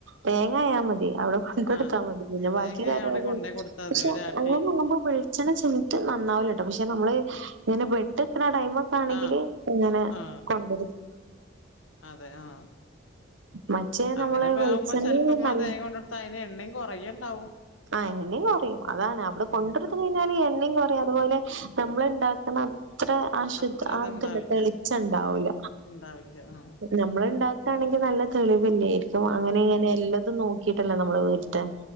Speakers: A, on the right (about 70°); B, on the left (about 85°).
A: തേങ്ങ ആയാ മതി അവിടെ കൊണ്ട് കൊടുത്താൽ
B: ആഹ്
A: മതി പിന്നെ
B: തേങ്ങ
A: ബാക്കി കാര്യം
B: അവിടെ
A: ഏറ്റു
B: കൊണ്ടേ കൊടുത്താ മതി
A: പക്ഷെ
B: ഒരാട്ടി
A: അങ്ങനെ ആകുമ്പോ വെ വെളിച്ചെണ്ണ ചീത്ത നന്നാവൂലാട്ടോ പക്ഷെ നമ്മള് ഇങ്ങനെ പെട്ട്ക്കണ ടൈം ഇപ്പം ആണെങ്കില്
B: ആഹ്
A: ഇങ്ങനെ
B: ആഹ്
A: കൊണ്ട്
B: അതെ ആ
A: മറ്റേ
B: അങ്ങനെ
A: നമ്മള് വെളിച്ചെണ്ണ
B: ആവുമ്പോ ചെലപ്പം ഉമ്മ
A: നല്ല
B: തേങ്ങ കൊണ്ടെ കൊടുത്ത അയിന് എണ്ണയും കുറയേണ്ടാവും
A: ആ എണ്ണയും കൊറയും അതാണ് അവിടെ കൊണ്ട്
B: ഉം
A: ട് കഴിഞ്ഞാല് എണ്ണയും കൊറയും അതുപോലെ നമ്മള് ഉണ്ടാക്കുന്ന അത്ര ആ ശുദ്ധ
B: അത്ര
A: ആ
B: ഇത്ണ്ടാവില്ല
A: ഇതന്നെ തെളിച്ചണ്ടാവൂല
B: ഉണ്ടാവില്ല ആഹ്
A: നമ്മള് ഇണ്ടാക്കുകയാണെങ്കിൽ നല്ല തെളിവെന്നായിരിക്കും
B: ആഹ്
A: അങ്ങനെ
B: തെളിവുണ്ട്
A: ഇങ്ങനെ എല്ലതും നോക്കി ക്കിട്ടല്ലേ നമ്മള് വീടുത്തെ